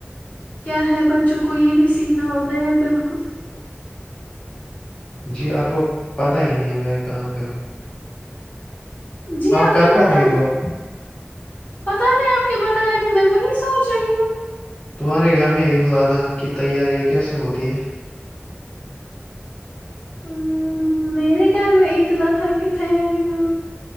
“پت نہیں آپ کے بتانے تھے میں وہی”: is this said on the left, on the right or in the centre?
Left